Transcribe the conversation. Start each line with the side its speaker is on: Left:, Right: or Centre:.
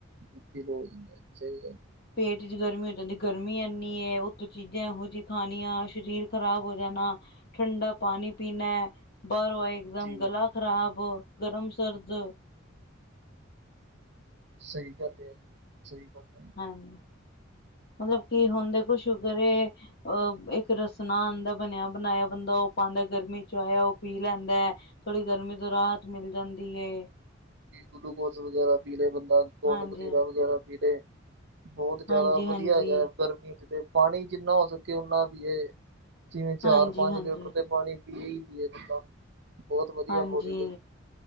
Right: ਬੀ ਪੀ ਲੋ ਹੋ ਜਾਂ ਸਹੀ ਗੱਲ
Left: ਪੇਟ ਚ ਗਰਮੀ ਹੋ ਜਾਂਦੀ, ਗਰਮੀ ਇੰਨੀ ਹੈ ਉੱਥੋਂ ਚੀਜ਼ਾਂ ਇਹੋ ਜਿਹੀ ਖਣੀਆਂ ਸਰੀਰ ਖ਼ਰਾਬ ਹੋ ਜਾਣਾ ਠੰਡਾ ਪਾਣੀ ਪੀਣਾ ਏ ਬਾਹਰੋਂ ਆਏ ਇੱਕ ਦਮ
Right: ਜੀ
Left: ਗਲਾ ਖ਼ਰਾਬ ਗਰਮ ਸਰਦ
Right: ਸਹੀ ਗੱਲ ਹੈ, ਸਹੀ ਗੱਲ ਹੈ
Left: ਹਾਂਜੀ, ਮਤਲਬ ਕੀ ਹੁਣ ਦੇਖੋ ਸ਼ੂਕਰ ਏ ਅਹ ਇੱਕ ਰਸਣਾ ਆਉਂਦਾ ਬਣਿਆ ਬਣਾਇਆ ਬੰਦਾ ਉਹ ਪਾਉਂਦਾ ਗਰਮੀ ਚ ਆਇਆ ਉਹ ਪੀ ਲੈਂਦਾ। ਥੋੜੀ ਗਰਮੀ ਤੋਂ ਰਾਤ ਮਿਲ ਜਾਂਦੀ ਏ।
Right: ਗਲੂਕੋਜ ਵਗੈਰਾ ਪੀ ਲੇ ਬੰਦਾ, ਗੋਂਦ
Left: ਹਾਂਜੀ
Right: ਕਤੀਰਾ ਵਗੈਰਾ ਪੀ ਲੇ। ਬਹੁਤ ਜਿਆਦਾ
Left: ਹਾਂਜੀ ਹਾਂਜੀ
Right: ਵਧੀਆ ਹੈਗਾ। ਗਰਮੀ ਚ' ਤੇ ਪਾਣੀ ਜਿੰਨਾ ਹੋ ਸਕੇ ਓਨਾ ਪੀਵੋ। ਜਿਵੇਂ ਚਾਰ
Left: ਹਾਂਜੀ
Right: -ਪੰਜ
Left: ਹਾਂਜੀ
Right: ਲੀਟਰ ਤੇ ਪਾਣੀ ਪੀਏ ਹੀ ਪੀਏ ਬੰਦਾ। ਬਹੁਤ ਵਧੀਆ
Left: ਹਾਂਜੀ,
Right: ਬੋਡੀ ਲਈ,